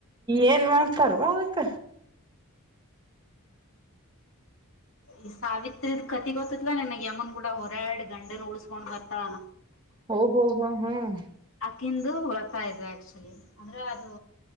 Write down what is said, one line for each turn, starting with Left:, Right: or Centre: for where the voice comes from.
Right: ಏನ್ ಮಾಡ್ತಾರವಾ ಅದಕ್ಕ
Left: ಈ ಸಾವಿತ್ರಿ ಕತಿ ಗೊತ್ತತ್ತಲಾ ನನ್ ಯಮನ್ ಕೂಡ ಹೋರಾಡಿ ಗಂಡನ ಉಳ್ಸ್ಕೊಂಡ ಮತ್ತಾನ
Right: ಓಹೋ ಹಾ ಹ್ಮ್
Left: ಹಿಂದು ವ್ರತ ಇದ ಆಕ್ಚುಲಿ ಅಂದ್ರೆ ಅದು